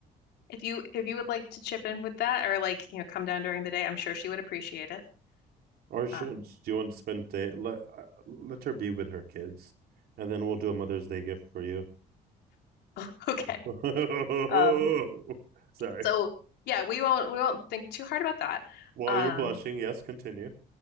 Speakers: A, on the left; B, on the right.
A: If you if you would like to chip in with that or like, you know, come down during the day, I'm sure she would appreciate it.
B: or should
A: Um,
B: do you want to spend day let uh, let her be with her kids, and then we'll do a Mother's Day gift for you.
A: <laughs> okay.
B: <laughs>
A: Um,
B: Sorry.
A: so yeah, we won't we won't think too hard about that.
B: While
A: Um,
B: you're blushing, yes, continue.